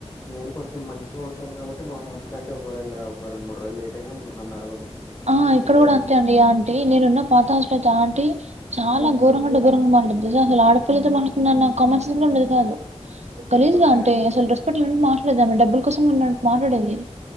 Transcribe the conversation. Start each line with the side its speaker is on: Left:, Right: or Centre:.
Left: నేను కొంచెం మంచిగా ఉంటాను కాబట్టి మా హాస్టల్ అంటే ఒకవేళ ఒక రెండు మూడు రోజులు లేట్ అయినా నన్ను అడగదు
Right: ఆ
Left: నేనే
Right: ఇక్కడ కూడా అంతే అండి ఆంటీ నేనున్న పాత హాస్లో అయితే ఆంటీ చాలా ఘోరం అంటే ఘోరంగా మాట్లాడతాది అసలు ఆడపిల్లతో మాట్లాడుతున్న అన్న కామెన్సెన్స్ కూడా ఉండదు కాదు గలీజ్
Left: ఓకే.
Right: గా అంటే అసల రెస్పెక్ట్ లేనట్టు మాట్లాడేది డబ్బుల కోసం ఉన్నట్ మాట్డేది